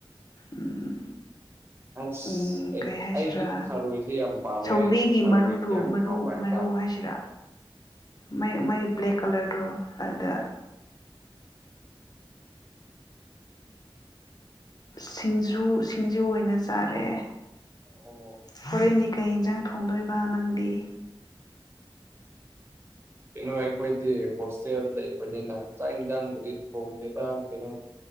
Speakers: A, on the left; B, on the right.
A: ꯎꯝ
B: ꯑꯁ
A: ꯎꯝ
B: ꯑꯩ
A: ꯀꯩ ꯍꯥꯏꯁꯤꯔꯥ
B: ꯑꯩꯗꯤ ꯊꯔꯣꯏꯁꯦ ꯌꯥꯝ ꯄꯥꯝꯃꯦ
A: ꯁꯧꯒ꯭ꯔꯤꯒꯤ
B: ꯑꯩꯁꯨ ꯊꯔꯣꯏꯁꯦ
A: ꯃꯔꯨꯗꯣ
B: ꯌꯥꯝ
A: ꯃꯔꯨ
B: ꯍꯥꯎꯕ ꯍꯥꯏꯇꯥꯔꯦ
A: ꯃꯔꯨ ꯍꯥꯏꯁꯤꯔꯥ ꯃꯥꯥꯏ ꯃꯥꯒꯤ ꯕ꯭ꯂꯦꯛ ꯀꯂꯔꯗꯨ ꯑꯗꯨꯗ
B: <inaudible>
A: ꯁꯤꯡꯖꯨ ꯁꯤꯡꯖꯨ ꯑꯣꯏꯅ ꯆꯥꯔꯦ
B: ꯑꯣ
A: ꯍꯣꯔꯦꯟꯗꯤ ꯀ ꯀꯩ ꯍꯤꯟꯖꯥꯡ ꯊꯣꯡꯗꯨꯏꯕ ꯅꯪꯗꯤ
B: ꯀꯩꯅꯣ ꯑꯩꯈꯣꯏꯗꯤ ꯍꯣꯁꯇꯦꯜꯗ ꯂꯩꯕꯅꯤꯅ ꯆꯥꯛ ꯢꯟꯖꯥꯡꯕꯨꯗꯤ ꯊꯣꯡꯗꯦꯗ ꯀꯩꯅꯣ